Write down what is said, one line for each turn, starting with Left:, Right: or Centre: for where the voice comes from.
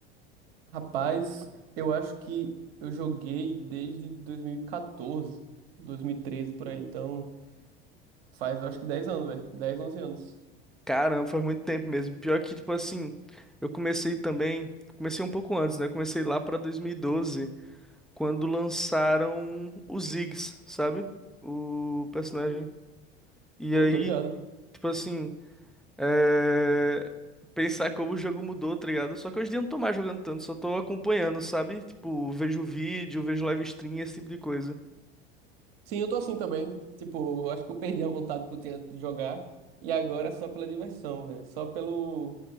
Right: Rapaz, eu acho que eu joguei desde 2014, 2013 por aí, então faz eu acho que 10 anos, velho, Dez, onze anos.
Centre: Caramba, faz muito tempo mesmo. Pior que, tipo assim, eu comecei também, comecei um pouco antes, né? Comecei lá pra 2012, quando lançaram o Ziggs, sabe? O personagem. E
Right: Ô,
Centre: aí,
Right: tô ligado.
Centre: tipo assim, é, pensar como o jogo mudou, tá ligado? Só que hoje em dia eu não tô mais jogando tanto, só tô acompanhando, sabe? Tipo, vejo vídeo, vejo live stream, esse tipo de coisa.
Right: Sim, eu tô assim também, tipo, eu acho que eu perdi a vontade que eu tinha antes de jogar e agora é só pela diversão, velho, só pelo...